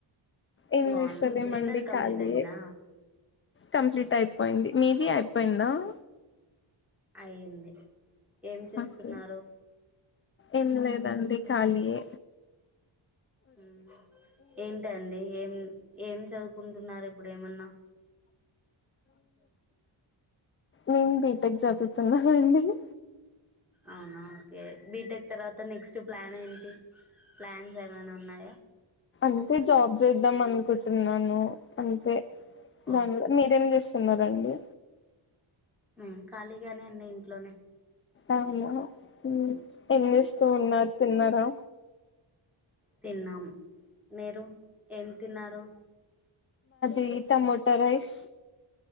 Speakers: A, on the left (about 25°); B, in the centre.
A: ఏం
B: బాగున్నాం
A: జేస్తాలేమండి
B: డిన్నర్ కంప్లీట్
A: ఖాలియె.,
B: అయిందా
A: కంప్లీటై. పోయింది. మీది అయిపోయిందా.? !
B: అయింది. ఏం చేస్తున్నారు.?
A: ఓకే ఏం లేదండి, కాలియే.
B: ఊమ్మ్. ఏంటండి ఏం ఏం చదువుకుంటున్నారు ఇప్పుడెమన్నా.?
A: నేన్ బీటెక్ జదుతున్నా. నా అండి. !
B: అవునా. కే. బీటెక్ తర్వాత నెక్స్ట్ ప్లానెంటి.? ప్లాన్స్ ఏమైనా ఉన్నాయా.?
A: అంటే జాబ్ జేద్దమన్. టున్నాను అంతే
B: ఓ
A: దాని, మీరేం జేస్తున్నారండి.?
B: ఊ ఖాళీగానే ఉన్నా ఇంట్లోనే.
A: అవునా ఊ ఏం జేస్తూ ఉన్నారు.? తిన్నారా.?
B: తిన్నాం‌. మీరు.? ఏం తిన్నారు.?
A: ఈ టమోటో రైస్.